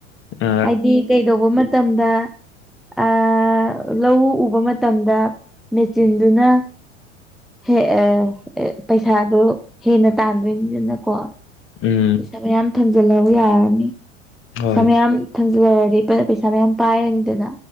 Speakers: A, on the left; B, in the centre.
A: ꯑ
B: ꯍꯥꯏꯗꯤ ꯀꯩꯗꯧꯕ ꯃꯠꯇꯝꯗꯥ ꯑꯥ ꯂꯧ ꯎꯕ ꯃꯠꯇꯝꯗ ꯃꯦꯆꯤꯟꯗꯨꯅ ꯍ‌ꯦ ꯑ‌ꯦ ꯑ‌‌ꯦ ꯄꯩꯁꯥꯗꯣ ꯍꯦꯟꯅ ꯇꯥꯟꯗꯣꯏ ꯅꯤꯗꯅꯀꯣ
A: ꯎꯝ
B: ꯄꯩꯁꯥ ꯃꯌꯥꯝ ꯊꯝꯖꯤꯜꯂꯧ ꯌꯥꯔꯅꯤ ꯄꯩꯁꯥ
A: ꯍꯣꯏ
B: ꯃꯌꯥꯝ ꯊꯝꯖꯤꯜ ꯍꯧꯔꯗꯤ ꯄ ꯄꯩꯁꯥ ꯃꯌꯥꯝ ꯄꯥꯏꯔꯅꯤꯗꯅ